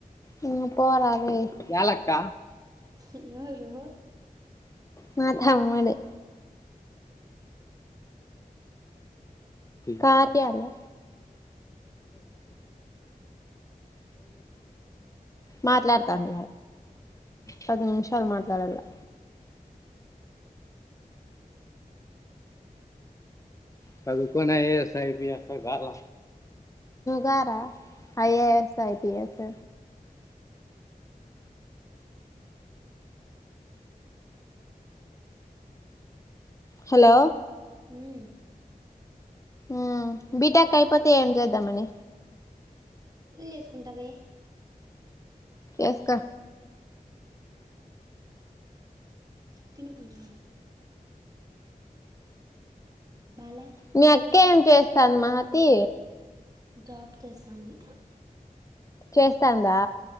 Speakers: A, on the left; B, on the right.
A: నువ్వు పోరారే ఏలక్క
B: ఎవరు
A: మా థమ్ముడు కార్య రా మాట్లాడత్తాన్ పది నిముషాలు మాట్లాడాలా సదుకొని ఐఏఎస్ సో ఐపిఎస్ గాల గార IAS, IPS hello
B: um
A: um B. Tech అయ్యిపోతే ఏం జేదాం మని
B: పెళ్లి చేసుకుంటావే
A: ఎస్కో
B: తినుకుంటు బాలే
A: మీ అక్కే ఏం చేస్తాంది మహతీ
B: జాబ్ చేస్తాంది
A: చేస్తాందా